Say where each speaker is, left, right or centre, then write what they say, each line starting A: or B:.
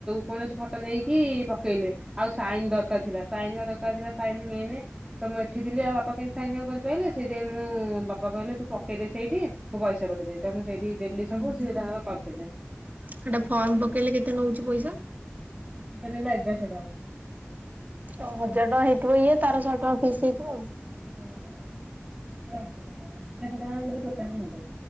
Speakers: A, on the right; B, on the right.
A: କୌଣସି ଫଟୋ ନେଇକି ପକେଇଲେ। ଆଉ ସାଇନ ଦରକାର ଥିଲା। ସାଇନ ବା ଦର ତ ଆଉ ଦିଟା ସାଇନ୍ ବି ହେଇନି। ତ ମୁଁ ଏଠି ଥିଲି ଆଉ ବାପା କେମିତି ସାଇନ ଆଉ କରିପାଇଲେ ।ସେଇତି ପାଇଁ ମୁଁ ବାପା କହିଲେ ତୁ ପ ପକେଇଦେ ସେଇଠି ମୁ ପଇସା ପକେଇ ଦେବି ତ ମୁଁ ସେଇଠି ଦେଲି ସବୁ
B: ଉଁ ହୁଁ
A: ସିଏ ତାଙ୍କର କରିଦେଲେ।
B: ହେଟା ଫର୍ମ ପକେଇଲେ କେତେ ନଉଛି ପଇସା?
A: ଦିଟା ନେଲା ଏଗାରଶହ ଟଙ୍କା ।
B: ହଜାର ଟଙ୍କା ହେଇଥିବ ଇଏ, ତାର ଶହେ ଟଙ୍କା ଫିସ୍ ହେଇଥିବ ଆଉ।
A: ହଁ ହଁ ସେଇଆ ହେଉଥିବ କି କଣ? ଏଗାରଶହ ଟଙ୍କା ବୋଧେ ଟୋଟାଲି ନେଲେ।